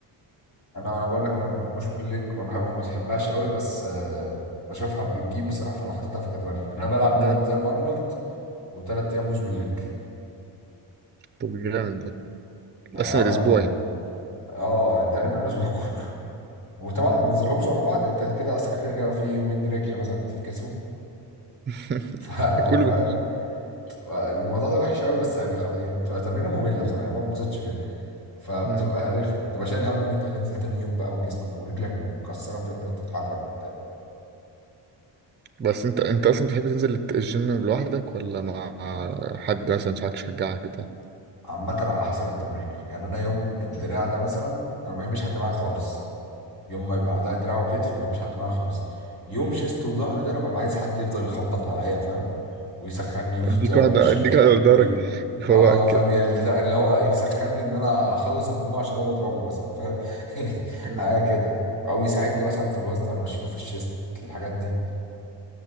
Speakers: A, on the left; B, on the right.
A: انا انا بقول لك انا مش بالليج ما بح- ما بحبهاش قوي بس آه، بشوفها بتجيب بصراحه فانا حاططها في جدولي يعني انا بلعب
B: امم
A: ثلاث ايام ارنولد وثلاث ايام مش بالليج
B: طب جامد ده
A: يعني
B: قسم
A: ارنولد
B: الأسبوع
A: ده
B: يعني
A: اه تقريبا الاسبوع <laughs> كله وطبعا
B: امم
A: ما بنزلهمش ورا بعض يعني انت كده اصلا كده كده في يومين رجل مثلا تفكسهم
B: <laughs>
A: <laughs> ف-
B: كله
A: فاهم
B: بيخش
A: الموضوع ده وحش قوي بس يعني خلاص يعني بتبقى تمرينه ممله بصراحه يعني ما بتبسطش فيها فبتبقى
B: امم
A: رخمه بتبقى شايل هم ان انت هتنزل تاني يوم بقى وجسمك ورجلك مكسره مش قادر تتحرك وبتاع
B: بس أنت أنت أصلا بتحب تنزل الجيم لوحدك ولا مع حد مثلا صاحبك يشجعك بتاع
A: عامه على حسب التمرين يعني انا يوم الدراع ده مثلا انا ما بحبش حد معايا خالص يوم ما بيبقى عندها دراع وكتف ما بحبش حد معايا خالص يوم شيست وظهر ده انا ببقى عايز حد يفضل يخبط عليا فاهم ويسخني <laughs> وبتاع
B: اديك
A: ويش
B: واحدة اديك واحدة بدارك
A: وي...
B: يفوقك
A: اه فاهم
B: كده
A: يعني اللي هو يسخني ان انا اخلص المجموعه عشان هو اضربه مثلا فاهم <laughs>
B: مم.
A: حاجه كده او يساعدني مثلا في الوزن وانا بشيله في الشيست الحاجات دي